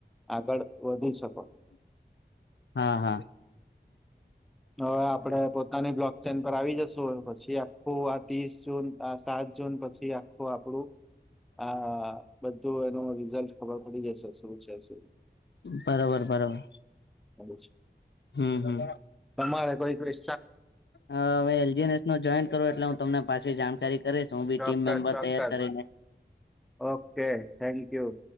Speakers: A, in the centre; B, on the left.
A: આગળ વધી શકો.
B: હા હા.
A: હવે આપડે પોતાની બ્લોક ચેન પર આવી જશુ પછી આખું આ ત્રીસ જૂન સાત જૂન પછી આખું આપડું આ બધું એનું ખબર પડી જાય છે શું છે શ
B: બરોબર બરોબર.
A: <inaudible>
B: હમ હમ.
A: તમારે કોઈ કોઈ
B: હ હવે એલજીસ નો જોઈન કરો એટલે હું તમને પાછી જાણકારી કરીશ હું બી
A: ચોક્કસ
B: ટીમ મેમ્બર
A: ચોક્કસ
B: તૈયાર કરી. હ.
A: ઓકે થેન્ક યુ